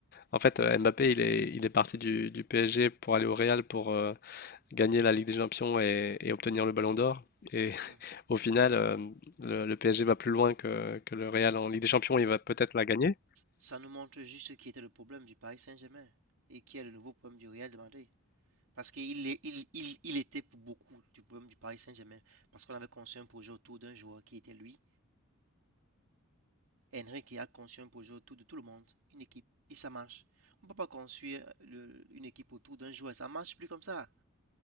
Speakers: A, on the left; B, on the right.
A: en fait, euh, Mbappé, il est, il est parti du, du PSG pour aller au Real pour euh, gagner la Ligue des Champions et, et obtenir le Ballon d'Or. Et
B: Mhm.
A: Au final, euh, le, le PSG va plus loin que, que le Real en Ligue des Champions, il va peut-être la gagner.
B: Ça nous montre juste ce qui était le problème du Paris Saint-Germain et qui est le nouveau problème du Real de Madrid. Parce qu'il est- il, il, il était pour beaucoup du problème du Paris Saint-Germain. Parce qu'on avait conçu un projet autour d'un joueur qui était lui. Henrik a conçu un projet autour de tout le monde, une équipe. Et ça marche. On ne peut pas construire le- une équipe autour d'un joueur. Ça marche plus comme ça.